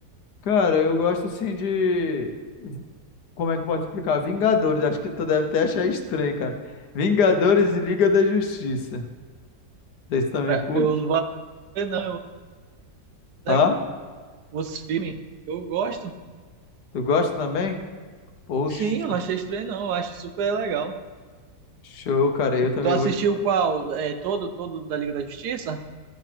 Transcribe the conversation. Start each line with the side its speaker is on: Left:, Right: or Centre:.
Left: Cara, eu gosto assim de como é que eu posso explicar? Vingadores, acho que tu deve até achar estranho, cara. Vingadores e Liga da Justiça. Vocês também
Right: Cara,
Left: curtem?
Right: Eu não vou ver, não. Eu,
Left: Hã?
Right: os filmes, eu gosto.
Left: Tu gosta também? Poxa,
Right: Sim, eu não achei estranho, não. Eu acho super legal.
Left: show, cara. Eu também
Right: Tu assistiu
Left: vou te
Right: qual? É, todo, todo da Liga da Justiça?